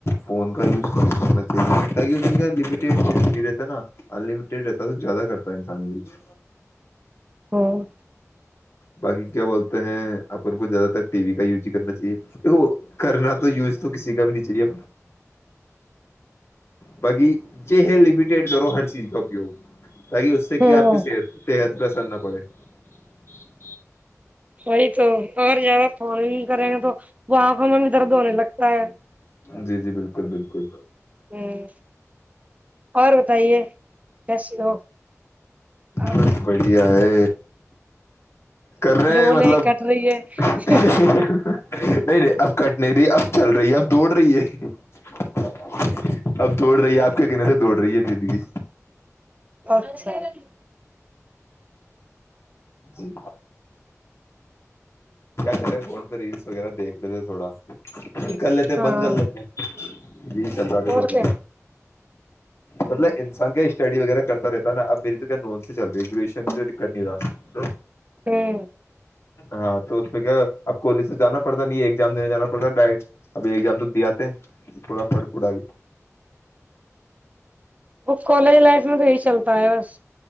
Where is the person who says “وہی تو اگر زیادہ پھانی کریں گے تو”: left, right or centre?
Right